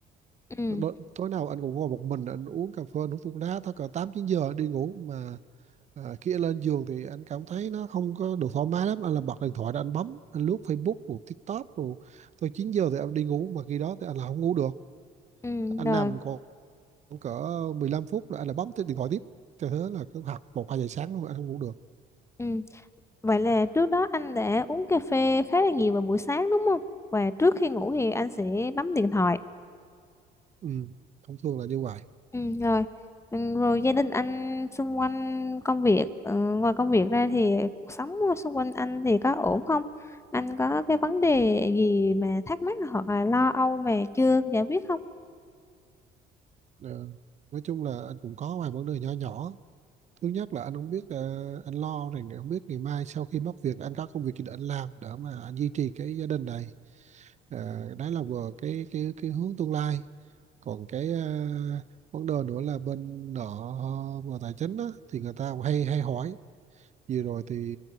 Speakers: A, on the left; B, on the right.
A: Ừ,
B: Đo- tối nào anh cũng ngồi một mình anh uống cà phê anh hút thuốc lá tới cỡ tám chín giờ đi ngủ mà à, khi anh lên giường thì anh cảm thấy nó không có được thoải mái lắm anh là bật điện thoại ra anh bấm anh lướt Facebook rồi TikTok rồi tới 9 giờ thì anh đi ngủ mà khi đó thì anh là không ngủ được
A: ừ,
B: anh
A: rồi.
B: nằm còn khoảng cỡ 15 phút là anh lại bấm tới điện thoại tiếp cho thế là cứ học một hai giờ sáng luôn anh không ngủ được
A: Ừ. Vậy là trước đó anh đã uống cà phê khá là nhiều vào buổi sáng đúng không? Và trước khi ngủ thì anh sẽ bấm điện thoại.
B: ừ. thông thường là như vậy
A: Ừ, rồi Ừ, rồi gia đình anh xung quanh công việc ờ, ngoài công việc ra thì cuộc sống xung quanh anh thì có ổn không anh có cái vấn đề gì mà thắc mắc hoặc là lo âu mà chưa giải quyết không
B: Ờ, nói chung là anh cũng có vài vấn đề nhỏ nhỏ thứ nhất là anh không biết ờ, anh lo rằng không biết ngày mai sau khi mất việc anh có công việc gì để anh làm để mà anh duy trì cái gia đình này Ờ, đấy là vừa cái cái cái hướng tương lai còn cái ờ, vấn đề nữa là bên nợ ờ, về tài chính á, thì người ta cũng hay hay hỏi vừa rồi thì